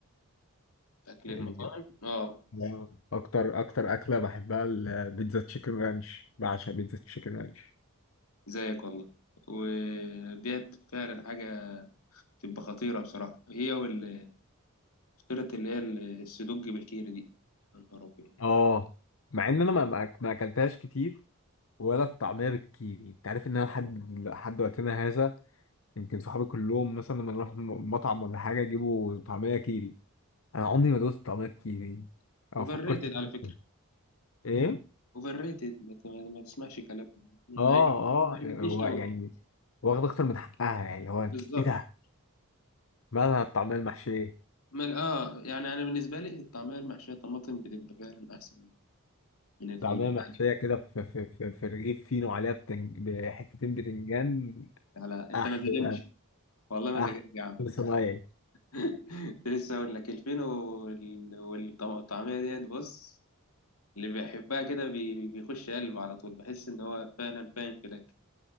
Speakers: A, on the left; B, on the left.
A: اكل
B: يعني
A: المطاعم اه
B: أنا اكتر اكتر اكلة بحبها البيتزا تشيكن رانش بعشق بيتزا تشيكن رانش
A: زيك والله وديت فعلا حاجه بتبقى خطيره بصراحه هي وال- فطيره اللي هي ال- السدوج بالكيري دي يا نهار ابيض
B: اه مع ان انا ما ما ما اكلتهاش كتير ولا الطعمية بالكيري انت عارف ان انا لحد لحد وقتنا هذا يمكن صحابي كلهم مثلا لما نروح م- مطعم ولا حاجة يجيبوا طعمية كيري انا عمري ما دوست طعمية كيري او
A: اوفر
B: فكرت
A: ريتد
B: إن أنا-
A: على فكره
B: أدوق. ايه
A: اوفر ريتد ما, ت- ما تسمعش كلامهم ما
B: اه
A: عجب- ما عجبتنيش
B: اه هو
A: قوي
B: يعني واخد اكتر من حقها يعني هو
A: بالظبط
B: ايه ده مالها الطعمية المحشية
A: مال اه يعني انا بالنسبه لي الطعميه المحشيه طماطم بتبقى فعلا احسن من ال...
B: طعمية محشية كده في في في, في رغيف فينو عليها بتنج... بحتتين بتنجان
A: على انت
B: احلى
A: ما تهدمش والله ما
B: احلى
A: زجاج يا عم
B: صنايعي
A: <laughs> كنت لسه اقول لك الفين وال- والطعميه ديت بص اللي بيحبها كده بي- بي- بيخش قلبه على طول بحس ان هو فعلا فاهم في الاكل